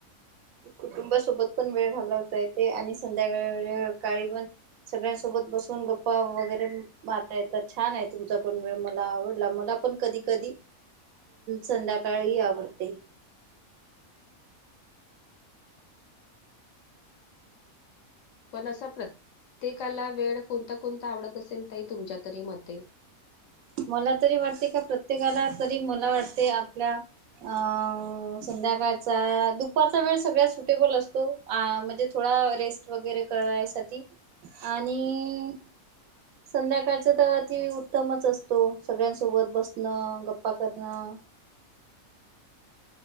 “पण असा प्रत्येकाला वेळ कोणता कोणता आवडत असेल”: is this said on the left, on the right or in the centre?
Left